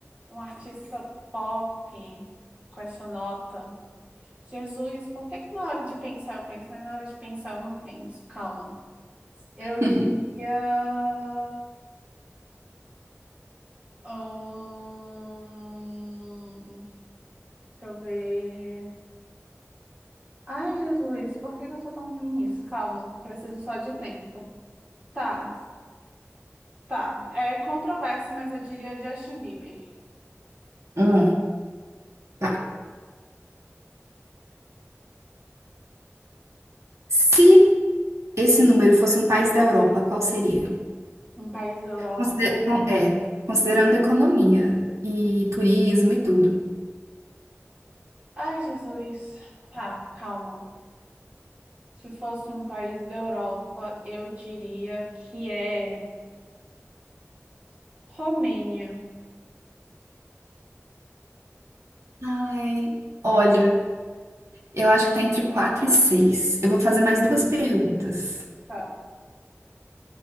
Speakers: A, on the right; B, on the right.
A: um artista pop com essa nota. Jesus, por que que na hora de pensar eu penso, mas na hora de pensar eu não penso? Calma. Eu
B: <laughs>
A: diria. hum, deixa eu ver. Ai, Jesus, por que que eu sou tão ruim nisso? Calma, preciso só de tempo. Tá, tá. É controverso, mas eu diria Justin Bieber,
B: Hum, tá. Se esse número fosse um país da Europa, qual seria?
A: um país da Europa.
B: Consider- é, considerando economia e turismo e tudo.
A: Ai, Jesus. Tá, calma. Se fosse um país da Europa, eu diria que é Romênia.
B: Ai, olha, eu acho que tá entre 4 e seis Eu vou fazer mais duas perguntas.
A: Tá.